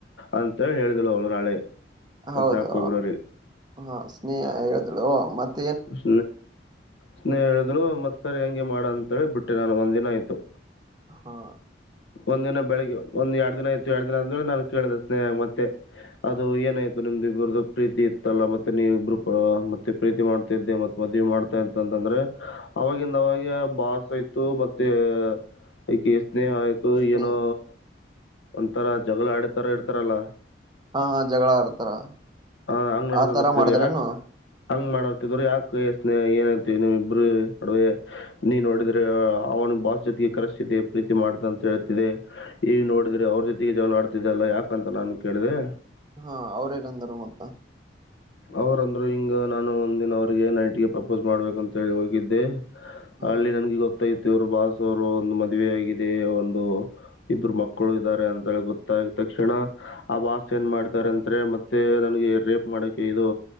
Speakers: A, on the left; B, on the right.
A: ಅಂತ ತರ ಎಳದುಲ್ಲ ಅವಲೋ ನಾಳೆ
B: ಹೌದು
A: ಹದಿನಾಲ್ಕು ಫೆಬ್ರವರಿ
B: ಹಾ ಸ್ನೇಹ ಹೇಳಿದ್ಳು ಮತ್
A: ಹ <inaudible> ಸ್ನೇಹ ಹೇಳಿದ್ರು ಮತ್ಸರ್ ಹೆಂಗೆ ಮಾಡ ಅಂತ ಹೇಳಿ ಬಿಟ್ಟೆ ನಾನು ಒಂದ ದಿನ ಆಯ್ತು
B: ಹಾ
A: ಒಂದ್ ದಿನ ಬೆಳಿಗ್ಗೆ ಒಂದ್ ಎರಡ್ ದಿನ ಆಯ್ತು ಎರಡ್ ದಿನ ಆದ್ಮೇಲೆ ನಾನ್ ಕೇಳಿದೆ ಸ್ನೇಹ ಮತ್ತೆ ಅದು ಏನಾಯ್ತು ನಿಮ್ದು ಇಬ್ರ್ದು ಪ್ರೀತಿ ಇತ್ತಲ್ಲ ಮತ್ತೆ ನೀವ ಇಬ್ರು ಮತ್ತೆ ಪ್ರೀತಿ ಮಾಡ್ತಾ ಇದ್ದೆ ಮತ್ ಮದ್ೆ ಮಾಡ್ತಾ ಇಂತ ಅಂತಂದ್ರೆ ಅವವಾಗಿಂದ ಅವಾಗ ಬಾಸ್ ಆಯ್ತು ಮತ್ತೆ ಈ ಸ್ನೇಹ ಆಯ್ತ.
B: ಸ್ನೇಹ
A: ಇ ಏನೋ ಒಂಥರಾ ಜಗಳ ಆಡತರ ಇಡ್ತಾರಲ್ಲ.
B: ಹಾ ಹಾ ಜಗಳ ಆಡ್ತಾರ <unintelligible>
A: ಹ ಹಂಗ್ ನಡ್ಕಕತ್ತಿದ್ರು
B: ಆ ತರ ಮಾಡಿದಾರೇನು
A: ಯಾಕ್ ಹಂಗ್ ಮಾಡತಿದರು ಯಾಕೆ ಸ್ನೇಹ ಏನಯ್ತಮ್ ಇಬ್ಬರು ಅಡ ನೀನ್ ನೋಡಿದ್ರೆ ಅವ್ನು ಬಾಸ್ ಜೊತಿಗೆ ಕರೆಸ್ತಿದೆ ಪ್ರೀತಿ ಮಾಡತಂತ. ಹೇಳ್ತಿದೆ ಈಗ ನೋಡಿದ್ರೆ ಅವ್ರ ಜೊತೆಗೆ ಜವಳ ಆಡ್ತಿದೆಲ್ಲ ಯಾಕಂತ ನಾನು ಕೇಳಿದೆ.
B: ಹಾ ಅವ್ರೇಗಂದರು ಮತ್ತ
A: ಅವ್ರಂದ್ರು ಹಿಂಗ ನಾನು ಒಂದಿನ ಅವ್ರಿಗೆ ನೈಟ್ಗೆ ಪ್ರಪೋಸ್ ಮಾಡ್ಬೇಕಂತ ಹೇಳಿ ಹೋಗಿದ್ದೆ.
B: ಹಾ
A: ಅಲ್ಲಿ ನನ್ಗೆ ಗೊತ್ತಾಯತ್ತು <unintelligible> ಇವ್ರ ಬಾಸ್ ಅವರು ಒಂದು ಮದುವೆ ಆಗಿದೆ ಒಂದು ಇಬ್ಬರು ಮಕ್ಕಳು ಇದ್ದಾರೆ ಅಂತಿ ಗೊತ್ತಾಗ ತಕ್ಷಣ ಆ ಬಾಸ್ ಏನ್ ಮಾಡ್ತಾರೆ ಅಂದ್ರೆ ಮತ್ತೆ ನನ್ಗೆ ರೇಪ್ ಮಾಡಕ್ ಇದು